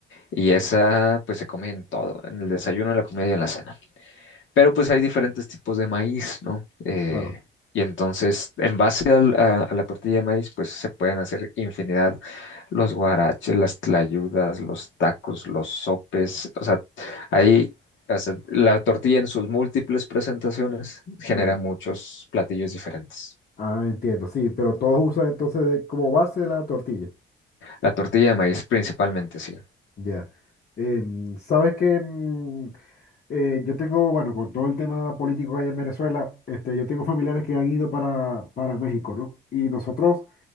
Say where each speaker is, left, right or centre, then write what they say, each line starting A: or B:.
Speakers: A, on the left; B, on the left.
A: y esa pues se come en todo, en el desayuno, en la comida y en la cena. Pero pues hay diferentes tipos de maíz, ¿no? Eh,
B: Claro,
A: y entonces, en base al- a, a la tortilla de maíz, pues se pueden hacer infinidad, los guaraches, las tlayudas, los tacos, los sopes, o sea, ahí, o sea, la tortilla en sus múltiples presentaciones genera
B: claro.
A: muchos platillos diferentes.
B: Ah, entiendo, sí, pero todos usan entonces de- como base la tortilla.
A: La tortilla de maíz principalmente, sí,
B: Ya. Em, ¿sabes qué? Mm, Eh, yo tengo, bueno, con todo el tema político que hay en Venezuela, este, yo tengo familiares que han ido para, para México, ¿no? Y nosotros,